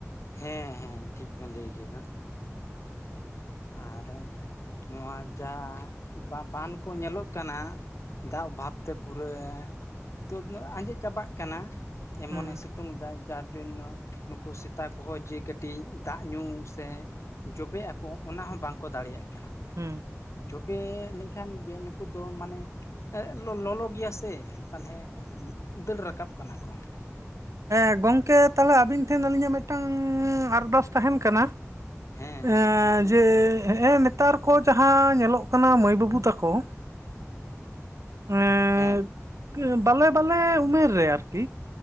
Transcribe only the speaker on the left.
ᱦᱮᱸ ᱦᱮᱸ ᱴᱷᱤᱠ ᱵᱮᱱ ᱞᱟᱹᱭ ᱠᱮᱫᱟ ᱟᱨ ᱱᱚᱣᱟ ᱡᱟ ᱵᱟ ᱵᱟᱱ ᱠᱚ ᱧᱮᱞᱚᱜ ᱠᱟᱱᱟ ᱫᱟᱜ ᱚᱵᱷᱟᱵᱛᱮ ᱯᱩᱨᱟᱹ ᱫᱚ ᱟᱸᱡᱮᱫ ᱪᱟᱵᱟᱜ ᱠᱟᱱᱟ ᱮᱢᱚᱱᱮ
ᱥᱤ ᱥᱤᱛᱩᱝ ᱮᱫᱟ ᱡᱟᱨ ᱡᱚᱱᱚ ᱱᱩᱠᱩ ᱥᱮᱛᱟ ᱠᱚᱦᱚᱸ ᱡᱮ ᱠᱟᱹᱴᱤᱡ ᱫᱟᱜ ᱧᱩ ᱥᱮ ᱡᱚᱵᱮᱜ ᱟᱠᱚ ᱚᱱᱟ ᱦᱚᱸ ᱵᱟᱝ ᱠᱚ ᱫᱟᱲᱮᱭᱟᱜ ᱠᱟᱱᱟ
ᱡᱚᱵᱮ ᱞᱮᱱᱠᱷᱟᱱ ᱜᱮ ᱱᱩᱠᱩ ᱫᱚ ᱢᱟᱱᱮ ᱞᱚᱞᱚ ᱜᱮᱭᱟ ᱥᱮ ᱛᱟᱦᱚᱞᱮ ᱫᱟᱹᱲ ᱨᱟᱠᱟᱵ ᱠᱟᱱᱟ ᱠᱚ ᱾
ᱦᱮᱸ ᱦᱮᱸ
ᱞᱟᱹᱭ ᱵᱮᱱ
ᱦᱮᱸ